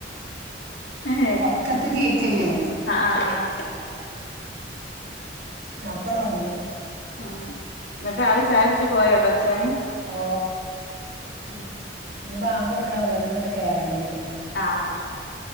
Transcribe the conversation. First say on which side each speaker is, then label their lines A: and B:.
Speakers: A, on the left (about 80°); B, on the right (about 60°).
A: ആഹ്
B: ഒറക്കത്ത് കേക്കല്ലേ
A: ആഹ് ആഹ്
B: ഞാപ്പടൊണന്ന്‌
A: ആ ന്നിട്ടാള് ചായടിച്ചു പോയോ കൾ ച്ചാന്
B: ഓ
A: ഉം
B: ഇനി ബാങ്ങോടുക്കാള്ളത് ങ്ങട്ട് കേറണെങ്കില്
A: ആഹ്